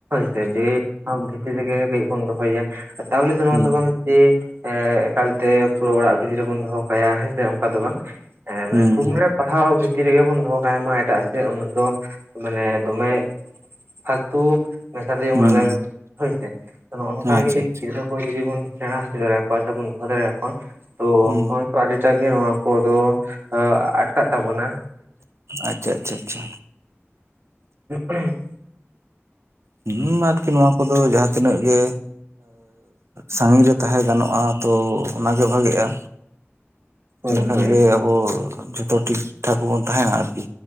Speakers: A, on the right (about 55°); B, on the right (about 70°).
A: ᱡᱮ <unintelligible> ᱵᱷᱤᱛᱤᱨ ᱨᱮᱜᱮ ᱠᱟᱹᱡ ᱵᱚᱱ ᱫᱚᱦᱚᱭ ᱮᱭᱟ ᱛᱟᱵᱚᱞᱮ ᱫᱚ
B: ᱦᱩᱸ
A: ᱱᱚᱣᱟ
B: ᱦᱩᱸ
A: ᱫᱚ ᱵᱟᱝ ᱡᱮ ᱮᱠᱟᱞᱛᱮ ᱯᱩᱨᱟᱹ ᱚᱲᱟᱜ ᱵᱷᱤᱛᱤᱨ ᱨᱮᱵᱚᱱ ᱫᱚᱦᱚ ᱠᱟᱭᱟ ᱦᱮᱸᱥᱮ ᱚᱱᱠᱟ ᱫᱚ ᱵᱟᱝ ᱦᱮᱸ ᱢᱟᱱᱮ
B: ᱦᱩᱸ
A: ᱠᱷᱩᱢ ᱨᱮ ᱯᱟᱲᱦᱟᱣ ᱵᱷᱤᱛᱤᱨ ᱨᱮᱜᱮ ᱵᱚᱱ ᱫᱚᱦᱚ ᱠᱟᱭ ᱢᱟ ᱮᱴᱟᱜ ᱥᱮᱫ ᱩᱱᱟᱹᱜ ᱫᱚ ᱢᱟᱱᱮ ᱫᱚᱢᱮ ᱯᱷᱟᱞᱛᱩ ᱢᱮᱥᱟ ᱫᱚ ᱡᱮᱢᱚᱱ
B: ᱦᱩᱸ
A: ᱟᱞᱚᱭ ᱢᱮᱥᱟᱜ <unintelligible> ᱦᱳᱭ ᱥᱮ ᱱᱚᱜᱼᱚ ᱱᱚᱝᱠᱟ
B: ᱟᱪᱪᱷᱟ
A: ᱜᱮ ᱡᱩᱫᱤ
B: ᱟᱪᱪᱷᱟ
A: ᱜᱤᱫᱽᱨᱟᱹ <inaudible> ᱠᱚ ᱡᱩᱫᱤ ᱵᱚᱱ ᱥᱮᱬᱟ ᱦᱚᱪᱚ ᱫᱟᱲᱮ ᱟᱠᱚᱣᱟ ᱥᱮᱵᱚᱱ ᱫᱚᱦᱚ ᱫᱟᱲᱮ ᱟᱠᱚᱣᱟ ᱛᱚ <unintelligible>
B: ᱦᱩᱸ
A: ᱛᱚ ᱟᱹᱰᱤᱴᱟᱜ ᱜᱮ ᱱᱚᱣᱟ ᱠᱚᱫᱚ ᱟᱴᱠᱟᱜ ᱛᱟᱵᱚᱱᱟ᱾
B: ᱟᱪᱪᱷᱟ ᱟᱪᱪᱷᱟ ᱟᱪᱪᱷᱟ᱾
A: ᱦᱮᱸ᱾
B: <unintelligible> ᱟᱨᱠᱤ ᱱᱚᱣᱟ ᱠᱚᱫᱚ ᱡᱟᱦᱟᱸ ᱛᱤᱱᱟᱹᱜ ᱜᱮ ᱥᱟᱺᱜᱤᱧ ᱨᱮ ᱛᱟᱦᱮᱸ ᱜᱟᱱᱚᱜᱼᱟ ᱛᱚ ᱚᱱᱟᱜᱮ ᱵᱷᱟᱜᱮᱜᱼᱟ
A: ᱦᱳᱭ
B: ᱤᱱᱟᱹᱠᱷᱟᱱ
A: ᱦᱳᱭ
B: ᱜᱮ ᱟᱵᱚ <unintelligible> ᱡᱷᱚᱛᱚ ᱴᱷᱤᱠ ᱴᱷᱟᱠ ᱵᱚᱱ ᱛᱟᱦᱮᱱᱟ ᱟᱨᱠᱤ᱾